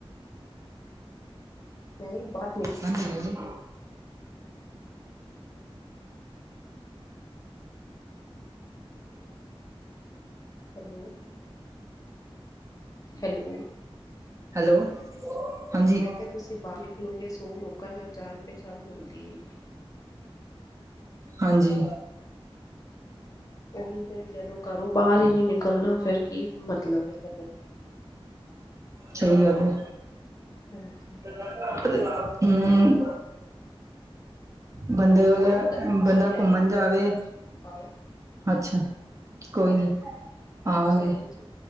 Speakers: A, on the left; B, on the right.
A: ਨਹੀਂ ਬਾਕੀ।
B: ਹਾਂਜੀ ਹੈਗੀ ਜੀ।
A: Hello hello.
B: ਹੈਲੋ ਹਾਂਜੀ।
A: ਮੈਂ ਕਿਹਾ ਤੁਸੀਂ ਬਾਹਰ ਨਿਕਲੋਗੇ ਸੋ ਲੋਕਾਂ ਨਾਲ ਜਾਣ ਪਹਿਚਾਣ ਮਿਲਦੀ ਹੈ।
B: ਹਾਂਜੀ।
A: ਉਹੀ ਤੇ ਜਦੋਂ ਘਰੋਂ ਬਾਹਰ ਹੀ ਨਹੀਂ ਨਿਕਲਣਾ। ਫਿਰ ਕੀ ਮਤਲਬ ਹੈਗਾ।
B: ਸਹੀ ਗੱਲ ਹੈ।
A: ਹਾਂਜੀ।
B: ਹੂੰ। ਬੰਦੇ ਕੋਲ
A: ਕੋਈ ਨੀ ਤੁਸੀਂ
B: ਬੰਦਾ
A: ਪਲੈਨਿੰਗ
B: ਘੁੰਮਣ ਜਾਵੇ
A: ਕਰੋ ਆਓ
B: ਅੱਛਾ। ਕੋਈ ਨੀ
A: ਹਾਂਜੀ
B: ਆਵਾਂਗੇ।
A: ਚਲੋ ਜੀ